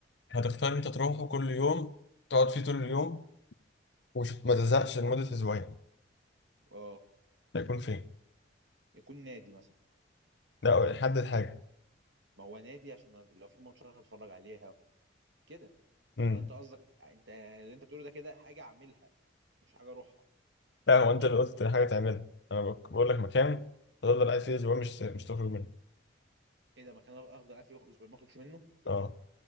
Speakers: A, on the left; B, on the right.
A: هتختار انت تروحه كل يوم تقعد فيه طول اليوم وما تزهقش لمده اسبوعين
B: اه
A: هيكون فين
B: يكون نادي مثلا
A: لا حدد حاجه
B: ما هو نادي عشان لو في ماتشات هتفرج عليها كده
A: امم
B: ولا انت قصدك انت اللي انت بتقوله ده كده حاجه اعملها مش حاجه اروحها
A: لا هو انت اللي قلت حاجه تعملها انا بك- بقول لك مكان تفضل قاعد فيه اسبوعين مش مش تخرج منه
B: ايه ده مكان افضل قاعد فيه اسبوعين ما اخرجش منه
A: اه